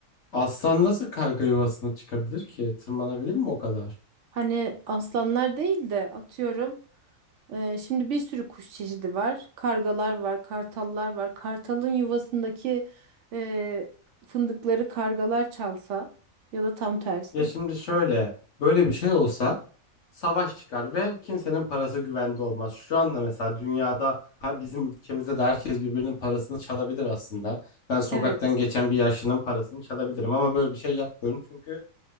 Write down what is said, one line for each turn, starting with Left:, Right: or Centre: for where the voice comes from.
Left: Aslan nasıl karga yuvasına çıkabilir ki? Tırmanabilir mi o kadar?
Right: Hani aslanlar değil de atıyorum. e, şimdi bir sürü kuş çeşidi var. Kargalar var, kartallar var. Kartalın yuvasındaki e, fındıkları kargalar çalsa ya da tam tersi.
Left: Ya şimdi şöyle, böyle bir şey olsa savaş çıkar ve kimsenin parası güvende olmaz. Şu anda mesela dünyada ha bizim ülkemizde de herkes birbirinin parasını çalabilir aslında. Ben sokaktan
Right: Evet.
Left: geçen bir yaşlının parasını çalabilirim ama böyle bir şey yapmıyorum çünkü